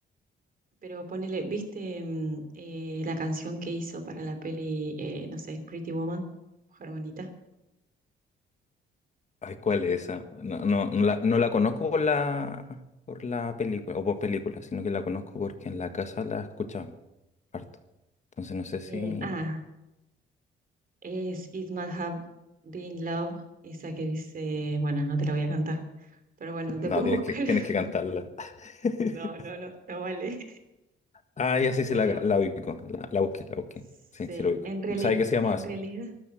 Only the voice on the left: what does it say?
Ay, ¿cuál es esa? No, no, no la, no la conozco por la, por la película, o por película, sino que la conozco porque en la casa la escuchaban harto. Entonces no sé si...
No,
tienes
que, tienes que cantarla.
<laughs>
Ah, ya sí,
sí, la,
la ubico. La, la busqué, la busqué.
Sí, sí, la ubico.
¿Sabes qué se llama
así?